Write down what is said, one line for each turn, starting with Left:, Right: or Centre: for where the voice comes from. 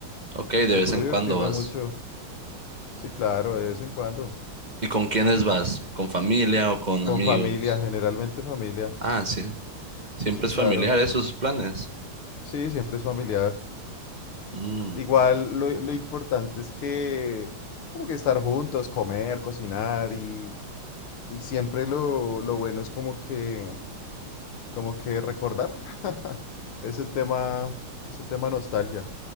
Right: Ok, de
Left: Procuro
Right: vez en
Left: divertirme
Right: cuando vas.
Left: mucho. Sí, claro, de vez en cuando.
Right: ¿Y con quiénes vas? ¿Con familia o con
Left: Con
Right: amigos?
Left: familia, generalmente familia.
Right: Ah, sí. Siempre
Left: Sí, claro.
Right: es familiar, esos planes.
Left: Sí, siempre es familiar.
Right: Mm.
Left: Igual lo, lo importante es que como que estar juntos, comer, cocinar y, y siempre lo, lo bueno es como que como que recordar. <laughs> Es el tema, es el tema nostalgia.